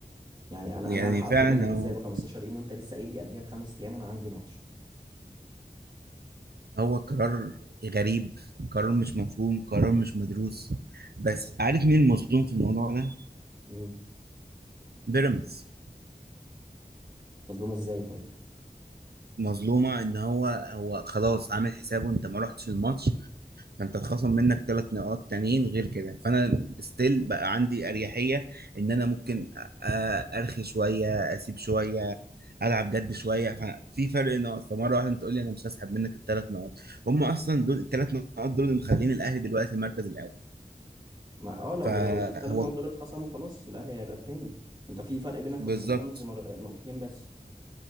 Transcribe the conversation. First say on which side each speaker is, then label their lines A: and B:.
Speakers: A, on the right (about 30°); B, on the right (about 85°).
A: يعني انا
B: يعني
A: انا هلحق
B: فعلا
A: اطلب منك
B: هو
A: ازاي ب 15 يوم وانت لسه قايل لي قبليها بخمس ايام انا عندي ماتش
B: هو قرار غريب قرار مش مفهوم قرار مش مدروس بس عارف مين المظلوم في الموضوع ده
A: مين
B: بيراميدز
A: مظلومه ازاي طيب
B: مظلومة ان هو هو خلاص عامل حسابه انت ما رحتش الماتش فانت اتخصم منك ثلاث نقاط تانيين غير كده فانا ستيل بقى عندي اريحية ان انا ممكن أ- أ- ارخي شوية اسيب شوية العب جد شويه ففي فرق نقط فمره واحده انت تقول لي انا مش هسحب منك الثلاث نقط هم اصلا دول الثلاث نقط دول اللي مخلين الاهلي دلوقتي المركز الاول
A: ما اه لو
B: فهو
A: لو الثلاث نقط دول اتخصموا خلاص الاهلي هيبقى التاني انت في فرق بينك
B: بالظبط
A: وبين بيراميدز مر... نقطتين بس